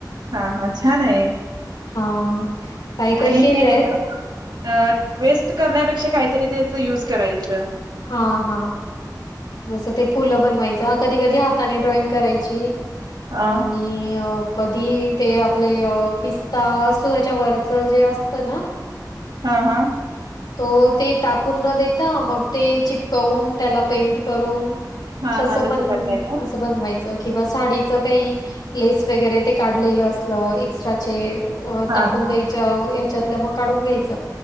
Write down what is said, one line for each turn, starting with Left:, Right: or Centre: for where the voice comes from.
Right: हा हा छान आहे.
Left: हा काय काय
Right: आणि
Left: केलेयत?
Right: ते अ वेस्ट करण्यापेक्षा, काहीतरी त्याच युज करायचं.
Left: हा हा जसं ते फुलं बनवायचं, कधी कधी हाताने ड्रॉइंग करायची
Right: हा.
Left: आणि कधी ते आपले पिस्ता असतो त्याच्यावररच जे असत ना?
Right: हा हा
Left: तो ते टाकून न देता मग ते चि प कवून त्याला पेंट करून
Right: हा
Left: तसं
Right: हा
Left: पण
Right: करताय काय?
Left: असं बनवायच किंवा साडी चं काही लेस वैगरे ते काढलेलं असलं एक्स्ट्राचं, ते
Right: हा
Left: टाकून
Right: हा.
Left: द्यायचं ह्याच्यातल्या मग काढून घ्यायच